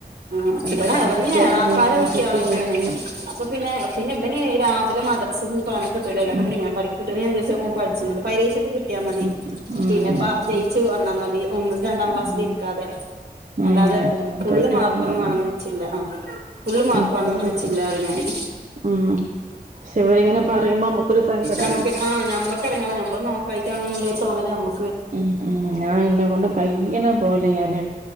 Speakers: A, on the right; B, on the right.
A: ആ
B: എ
A: ഇവിടെ ഇവിടുന്ന്
B: ആ കുട്ടി അങ്ങനെണ്
A: എളാപ്പാര കുട്ടികളൊക്കെയാണ്
B: ഈ കുട്ടി ഇങ്ങനെണ്
A: അപ്പൊ പിന്നെ പിന്നെ ബനി രാവിലെ മദ്രസന്ന് തോന്നെ കിട്ടൂലല്ലോ
B: ഉം
A: അപ്പ പിന്നെ ഞാം പടിം ക്‌ട്ട്ണെയ്നന്സരിച്ചൊ എ പഠിച്ചണ്ട് പരീഷ ക്ക് കിട്ട്യാ മതി
B: ഉം ഉം ഉം
A: പിന്നെപ്പ
B: അത് ശരി
A: ജയിച്ചു വന്നാ മതി ഒന്നും രണ്ടാം ക്ലാസ്സിൽ
B: ഉം
A: ഇര്ക്കാതെ അല്ലാതെ
B: ഉം അതാണ്
A: ഫുള്ള്
B: തോറ്റു
A: മാർക്കൊന്നും
B: പോവാന്നാ
A: വേണംന്ന്
B: മതി
A: ച്ചില്ല ആ ഫുള്ള് മാർക്ക്
B: എനിക്കും
A: വാണന്നൊന്നു
B: അങ്ങനെ
A: ച്ചില്ലാ
B: തന്നെ
A: റയും ഞാന്
B: ഉം പക്ഷെ ഇവരിങ്ങനെ പറയുമ്പോ നമ്മുക്കൊരു സങ്കടാണ്
A: നമക്ക് ആ ഞമ്മക്കെറങ്ങേറ ഞമ്മള് ന്നോ ഒക്കായിട്ടാണ് ന്നുള്ളൊര് തോന്നല് ഞമ്മ
B: ഉം ഉം ഞാ ന്നെ കൊണ്ട് കയ്യ്ണ പോലെ ഞാന്